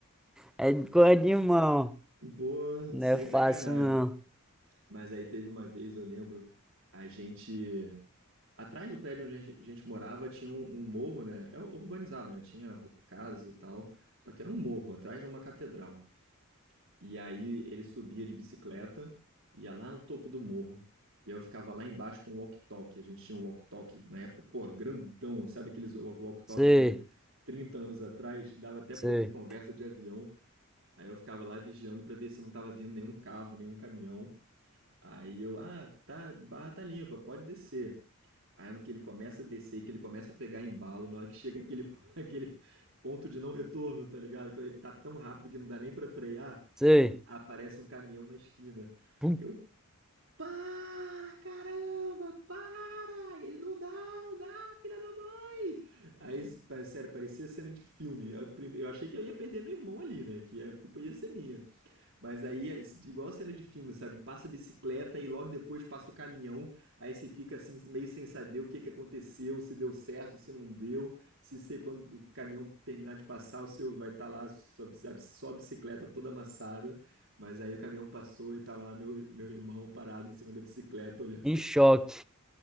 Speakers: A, in the centre; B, on the right.
A: É coisa de irmão,
B: Pô,
A: não
B: sem
A: é fácil
B: sacanagem.
A: não.
B: Mas aí teve uma vez, eu lembro, a gente. Atrás do prédio onde a gen- gente morava tinha um, um morro, né? É urbanizado, né? Tinha ru- casas e tal. Só que era um morro, atrás de uma catedral. E aí ele subia de bicicleta, ia lá no topo do morro. E eu ficava lá embaixo com o walkie-talkie. A gente tinha um walkie-talkie na época, pô, grandão. Sabe aqueles wa- walkie-talkie
A: Sei,
B: de 30 anos atrás? Dava até
A: sei,
B: pra ouvir conversa de avião. Aí eu ficava lá vigiando pra ver se não tava vindo nenhum carro, nenhum caminhão. Aí eu, ah, tá, barra tá limpa, pode descer. Aí no que ele começa a descer, que ele começa a pegar embalo, na hora que chega aquele, <laughs> aquele ponto de não retorno, tá ligado? Quando ele tá tão rápido que não dá nem pra frear,
A: sei.
B: aparece um caminhão na esquina.
A: Pum,
B: Eu, para, caramba, para! Ele não dá, não dá, filha da mãe! Aí, sério, parecia cena de filme. Eu, eu achei que eu ia perder meu irmão ali, né? Que a culpa ia ser minha. Mas aí, é igual cena de filme, sabe? Passa a bicicleta e logo depois passa o caminhão. Aí você fica assim, meio sem saber o que que aconteceu, se deu certo, se não deu. Se você, quando o caminhão terminar de passar, o seu vai estar lá, sua, bici- a- sua bicicleta toda amassada. Mas aí o caminhão passou e tava lá meu, meu irmão parado em cima da bicicleta, olhando,
A: em choque.